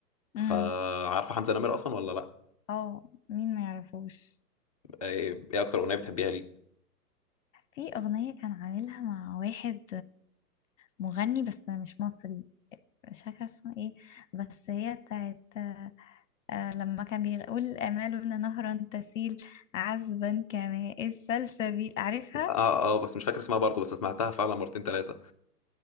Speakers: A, on the left; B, on the left.
A: فعارفه
B: امم
A: حمزه نمره اصلا ولا لا
B: اه مين ما يعرفوش
A: ايه إيه اكتر اغنيه بتحبيها ليه
B: في أغنية كان عاملها مع واحد مغني بس مش مصري مش فاكرة اسمه ايه بس هي بتاعت آه لما كان بيقول آمالنا نهرا تسيل عذبا كماء السلسبيل عارفها؟
A: اه اه بس مش فاكر اسمها برضو بس سمعتها فعلا مرتين ثلاثة